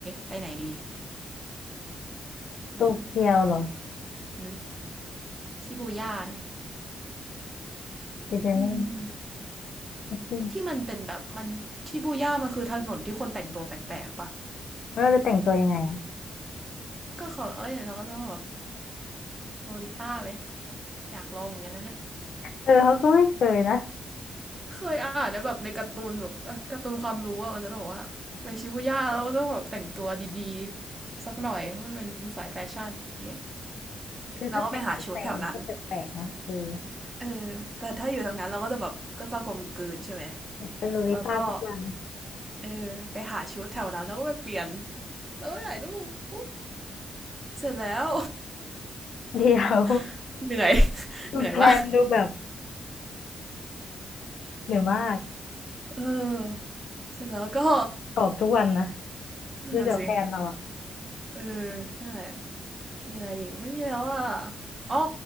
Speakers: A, on the right (about 30°); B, on the left (about 75°).
A: ไปไหนดี
B: โตเกียวเหรอ
A: อืมอือชิบูย่าไหม
B: ไปเดินเล่น
A: อืม
B: ช้อปปิ้ง
A: ที่มันเป็นแบบมันชิบูย่ามันคือถนนที่คนแต่งตัวแปลกๆปะ
B: แล้วเราจะแต่งตัวยังไงอ่ะ
A: ก็เขาเอ้ยเราก็จะแบบโลลิต้าไหมอยากลองเหมือนกันนะเนี่ย
B: เออเขาก็ไม่เคยนะ
A: เคยอ่านในแบบในการ์ตูนแบบเอ่อการ์ตูนความรู้อะมันจะบอกว่าไปชิบูย่าแล้วก็ต้องแบบแต่งตัวดีๆสักหน่อยเพราะมันเป็นสายแฟชั่นอย่างเงี้ย
B: คือถ้าแต่งที่ไทยมันก็แปลกๆนะคือ
A: เราก็ไปหาชุดแถวนั้นเออแต่ถ้าอยู่แถวนั้นเราก็จะแบบก็จะกลมกลืนใช่ไหม
B: เป็นลูลิต้าทุกวัน
A: แล้วก็เออไปหาชุดแถวนั้นแล้วก็ไปเปลี่ยนแล้วก็ไปถ่ายรูปอู้ เสร็จแล้ว
B: เดี๋ยว
A: <laughs> เหนื่อย
B: คุณแพนดูแบบ
A: เหนื่อยมาก
B: เหนื่อยมาก
A: เออเสร็จแล้วก็
B: ออกทุกวันนะ
A: นั่นสิ
B: ดูจากแพนเราอ่ะ
A: เออนั่นแหละมีอะไรอีกไม่มีแล้วอ่ะอ๋อ